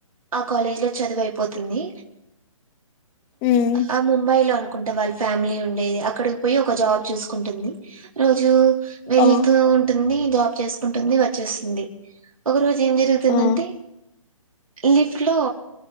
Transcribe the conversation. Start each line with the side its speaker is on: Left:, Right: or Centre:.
Right: ఆ కాలేజీ లో చదువయిపోతుంది
Left: ఉమ్
Right: ఆ ముంబై లో కుంటే వాళ్ళ ఫ్యామిలీ ఉండేది అక్కడికి పోయి ఒక జాబ్ చూసుకుంటుంది రోజు వెళతూ
Left: ఆ
Right: ఉంటుంది జాబ్ చేస్ కుంటుంది వచ్చేస్తుంది ఒక రోజు ఏం జరుగుతుందంటే
Left: ఆ
Right: లిఫ్ట్ లో